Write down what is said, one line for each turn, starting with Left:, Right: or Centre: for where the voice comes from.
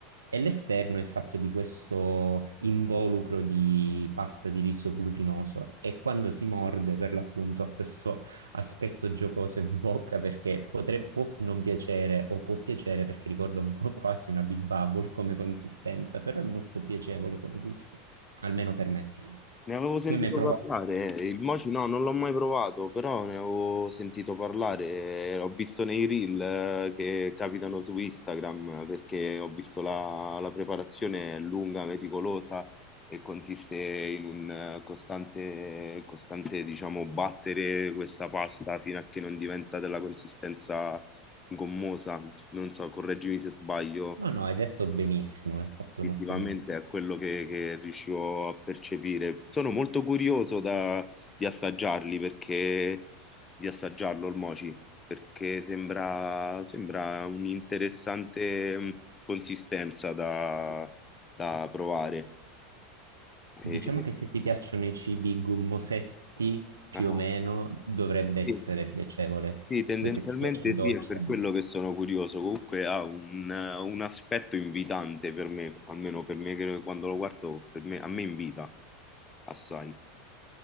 Right: e l'esterno è fatto di questo involucro di pasta di riso glutinoso e quando si morde per l'appunto ha questo aspetto giocoso in bocca perché potre- può non piacere o può piacere perché ricorda un po' quasi una Big Bubble come consistenza, però è molto piacevole come gusto, almeno per me.
Left: Ne avevo sentito
Right: Tu hai mai provato?
Left: parlare, il mochi no, non l'ho mai provato, però ne avevo sentito parlare, eh, ho visto nei reel eh, che capitano su Instagram, perché ho visto la, la preparazione è lunga, meticolosa e consiste in un eh, costante, costante, diciamo, battere questa pasta fino a che non diventa della consistenza gommosa. Non so, correggimi se sbaglio
Right: No, no, hai detto benissimo, hai fatto
Left: istintivamente
Right: un ottimo esempio.
Left: a quello che, che riuscivo a percepire. Sono molto curioso da- di assaggiarli perché di assaggiarlo il mochi, perché sembra, sembra un'interessante mh, consistenza da, da provare.
Right: Diciamo
Left: E-
Right: che se ti piacciono i cibi gommosetti, più
Left: ah,
Right: o meno dovrebbe essere
Left: sì,
Right: piacevole.
Left: sì, tendenzialmente
Right: Poi se ti piace il dolce,
Left: sì, è per
Right: anche.
Left: quello che sono curioso. Comunque ha un, un aspetto invitante per me, almeno per me che quando lo guardo, per me- a me invita assai.